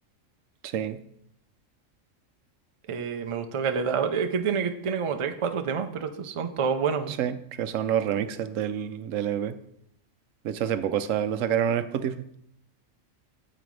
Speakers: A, on the right; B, on the right.
A: Sí,
B: Eh, me gustó Caleta. Ahora, Es que tiene, que tiene como 3 4 temas, pero estos son todos buenos.
A: sí, sí, son los remixes del, del EP. De hecho, hace poco sa- lo sacaron en Spotify.